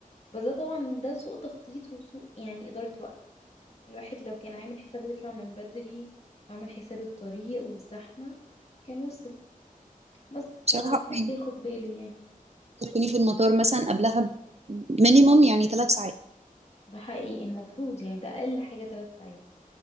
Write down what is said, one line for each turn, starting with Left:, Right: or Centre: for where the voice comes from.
Left: بس ده طبعا ده سوء تخطيط وسوء يعني إدارة وقت الواحد لو كان عامل حسابه يطلع من بدري وعامل حساب الطريق والزحمة كان وصل بس
Right: بصراحة
Left: فالواحد
Right: يعني
Left: بياخد باله يعني
Right: تكوني في المطار مثلا قبلها مينيموم يعني ثلاث ساعات
Left: ده حقيقي المفروض يعني ده اقل حاجه ثلاث ساعات